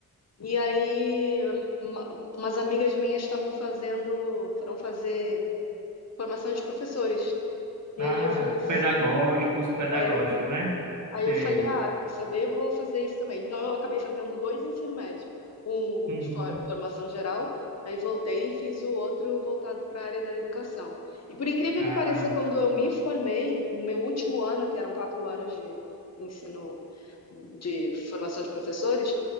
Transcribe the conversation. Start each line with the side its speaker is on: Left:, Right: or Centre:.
Left: E aí, uma- umas amigas minhas estavam fazendo, foram fazer formação de professores. E
Right: Ah,
Left: aí eu falei assim,
Right: pedagógicos, pedagógico,
Left: "Ah, é,
Right: né?
Left: Aí
Right: Sei.
Left: eu falei, ah, quer saber? Eu vou fazer isso também. Então eu acabei fazendo dois ensino médio, um
Right: Uhum.
Left: de for- formação geral, aí voltei e fiz o outro voltado para a área da educação. E por incrível
Right: Ah.
Left: que pareça, quando eu me formei, no meu último ano, que eram quatro anos de ensino de formação de professores,